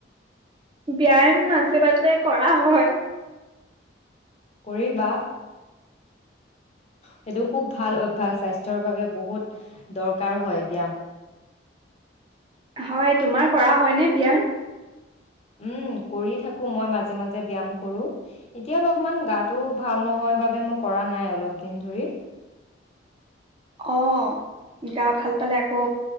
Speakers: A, on the right (about 25°); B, on the left (about 35°).
A: ব্যায়াম মাজে মাজে কৰা হয়।
B: কৰিবা। সেইটো খুব ভাল অভ্যাস স্বাস্থ্যৰ বাবে বহুত দৰকাৰ হয় ব্যায়াম।
A: হয়, তোমাৰ কৰা হয়নে ব্যায়াম?
B: উম, কৰি থাকো মই মাজে মাজে ব্যয়াম কৰো, এতিয়া অলপমান গাটোও ভাল নহয় বাবে মই কৰা নাই অলপ দিন ধৰি।
A: অ, গা ভাল পালে আকৌ।